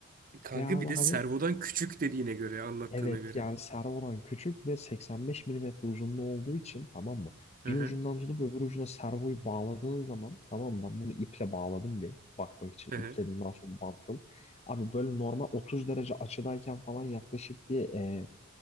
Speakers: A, on the right (about 40°); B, on the left (about 30°).
A: Kanka
B: Ve abi
A: bir de
B: hani
A: servodan küçük dediğine göre anlattığına
B: Evet
A: göre.
B: yani servodan küçük ve 85 milimetre uzunluğu olduğu için tamam mı?
A: Hı
B: Bir
A: hı.
B: ucundan tutup öbür ucuna servoyu bağladığın zaman tamam mı? Ben bunu iple bağladım bir bakmak için
A: Hı
B: ipledim
A: hı.
B: daha sonra bantladım. Abi böyle normal 30 derece açıdayken falan yaklaşık bir e,